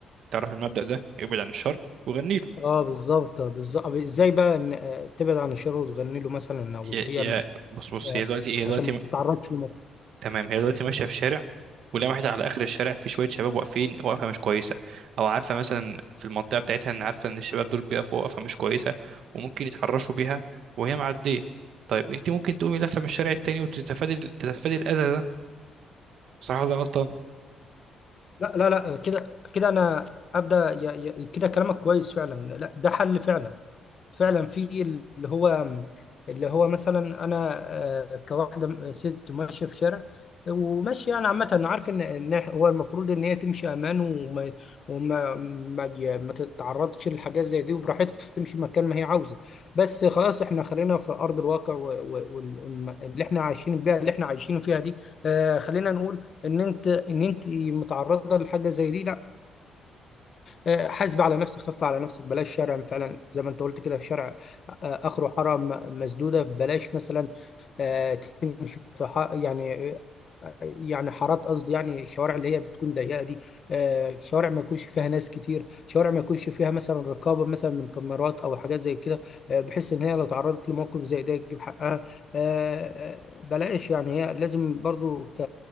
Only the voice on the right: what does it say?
تعرف المبدا ده ابعد عن الشر وغني له
هي
هي-
بص بص
هي دلوقتي هي
دلوقتي
تمام هي دلوقتي ماشيه في شارع ولمحت على اخر الشارع في شويه شباب واقفين وقفه مش كويسه او عارفه مثلا في المنطقه بتاعتها ان عارفه ان الشباب دول بيقفوا وقفه مش كويسه وممكن يتحرشوا بيها وهي معديه طيب انت ممكن تقومي لفه من الشارع التاني وتتفادي تتفادي الاذى ده صح ولا غلطان